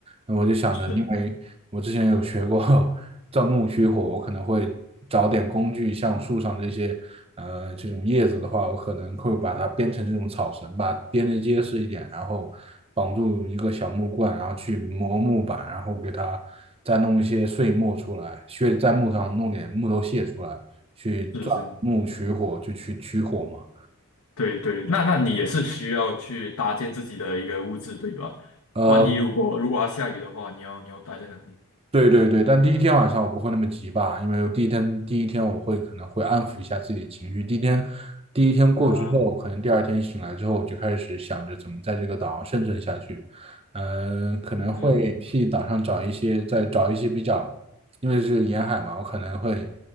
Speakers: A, on the right; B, on the left.
A: 那我就想着，
B: 是
A: 因为我之前有学过 <laughs> 钻木取火，我可能会找点工具，像树上这些呃这种叶子的话，我可能会把它编成这种草绳吧，编得结实一点，然后绑住一个小木棍，然后去磨木板，然后给它再弄一些碎末出来，削在木头上弄点木头屑出来，去钻木取火，
B: 是是。
A: 就去取火嘛。
B: 对对，那那你也是需要去搭建自己的一个物质，对吧？
A: 呃，
B: 万一如果如果要下雨的话，你要你要待在哪里
A: 对对对，但第一天晚上我不会那么急吧，因为我第一天第一天我会可能会安抚一下自己的情绪。第一天第一天过之后，
B: 啊？
A: 可能第二天醒来之后，我就开始想着怎么在这个岛上生存下去。嗯、可能会替岛上找一些，
B: 嗯哼，
A: 再找一些比较，因为是沿海嘛，我可能会